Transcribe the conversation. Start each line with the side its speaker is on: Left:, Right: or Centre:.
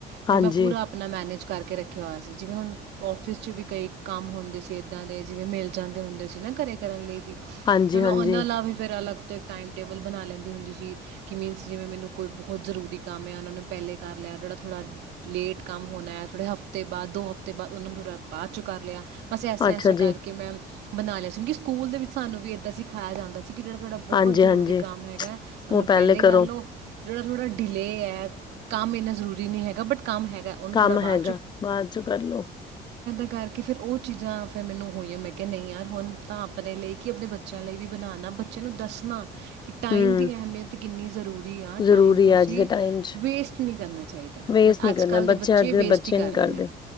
Left: ਹਾਂਜੀ,
Right: ਫਿਰ ਮੈਂ ਪੂਰਾ ਆਪਣਾ ਮੈਨੇਜ ਕਰਕੇ ਰੱਖਿਆ ਹੋਇਆ ਸੀ। ਜਿਵੇਂ ਹੁਣ ਔਫਿਸ 'ਚ ਵੀ ਕਈ ਕੰਮ ਹੁੰਦੇ ਸੀ ਇੱਦਾਂ ਦੇ ਜਿਵੇਂ ਮਿਲ ਜਾਂਦੇ ਹੁੰਦੇ ਸੀ ਨਾ ਘਰੇ ਕਰਨ ਲਈ ਵੀ।
Left: ਹਾਂਜੀ,
Right: ਫਿਰ ਮੈਂ
Left: ਹਾਂਜੀ
Right: ਉਹਨਾਂ ਆਲਾ ਵੀ ਫਿਰ ਅਲੱਗ ਇੱਕ ਟਾਈਮ ਟੇਬਲ ਬਣਾ ਲੈਂਦੀ ਹੁੰਦੀ ਸੀ ਕਿ ਮੀਨਸ ਜਿਵੇਂ ਮੈਨੂੰ ਕੋਈ ਬਹੁਤ ਜ਼ਰੂਰੀ ਕੰਮ ਆ ਉਹਨਾਂ ਨੂੰ ਪਹਿਲੇ ਕਰ ਲਿਆ। ਲਿਆ ਜਿਹੜਾ ਥੋੜਾ ਲੇਟ ਕੰਮ ਹੋਣਾ ਹੈ ਥੋੜੇ ਹਫ਼ਤੇ ਬਾਅਦੋ ਤੇ ਬਾਅ ਉਹਨਾਂ ਨੂੰ ਥੋੜ੍ਹਾ ਬਾਅਦ ਚੋਂ ਕਰ ਲਿਆ ਬਸ ਇਸ ਤਰ੍ਹਾਂ
Left: ਅੱਛਾ
Right: ਇਸ ਤਰ੍ਹਾਂ
Left: ਜੀ
Right: ਕਰਕੇ ਮੈਂ ਬਣਾ ਲਿਆ ਸੀ ਕਿਉਂਕਿ ਸਕੂਲ ਦੇ ਵਿੱਚ ਸਾਨੂੰ ਵੀ ਏਦਾਂ ਸਿਖਾਇਆ ਜਾਂਦਾ ਸੀ ਕਿ ਜਿਹੜਾ ਤੁਹਾਡਾ ਬਹੁਤ
Left: ਹਾਂਜੀ,
Right: ਜ਼ਰੂਰੀ
Left: ਹਾਂਜੀ
Right: ਕੰਮ ਹੈਗਾ ਉਹਨੂੰ
Left: ਉਹ
Right: ਪਹਿਲੇ
Left: ਕਰੋ
Right: ਕਰ ਲਉ। ਜਿਹੜਾ ਥੋੜ੍ਹਾ ਡਿਲੇਅ ਹੈ ਕੰਮ ਇੰਨਾ ਜ਼ਰੂਰੀ ਨਹੀਂ ਹੈਗਾ ਬਟ ਕੰਮ ਹੈਗਾ ਉਹਨੂੰ
Left: ਕੰਮ
Right: ਥੋੜ੍ਹਾ
Left: ਹੈਗਾ ਬਾਅਦ ਚੋਂ ਕਰ ਲੋ
Right: ਕਰਕੇ ਫਿਰ ਉਹ ਚੀਜ਼ਾਂ ਫਿਰ ਮੈਨੂੰ ਹੋਈਆਂ ਮੈਂ ਕਿਹਾ ਨਹੀਂ ਯਾਰ ਹੁਣ ਤਾਂ ਆਪਣੇ ਲਈ ਕਿ ਆਪਣੇ ਬੱਚਿਆਂ ਲਈ ਵੀ ਬਣਾਣਾ। ਬੱਚੇ ਨੂੰ ਦੱਸਣਾ। ਕਿ ਟਾਈਮ
Left: ਹਮ
Right: ਦੀ ਅਹਿਮੀਅਤ ਕਿੰਨੀ ਜ਼ਰੂਰੀ ਆ
Left: ਜ਼ਰੂਰੀ
Right: ਟਾਈਮ ਨੂੰ
Left: ਹੈ
Right: ਅਸੀਂ
Left: ਅੱਜ ਦੇ ਟਾਈਮ ਚ
Right: ਵੇਸਟ ਨਹੀਂ ਕਰਨਾ। ਚਾਹੀਦਾ
Left: ਵੇਸਟ
Right: ਬਟ
Left: ਨਹੀਂ
Right: ਅੱਜ
Left: ਕਰਨਾ
Right: ਕੱਲ੍ਹ ਦੇ ਬੱਚੇ
Left: ਅੱਜ
Right: ਵੇਸਟ ਈ ਕਰ
Left: ਨੀ
Right: ਰਹੇ
Left: ਕਰਦੇ
Right: ਨੇ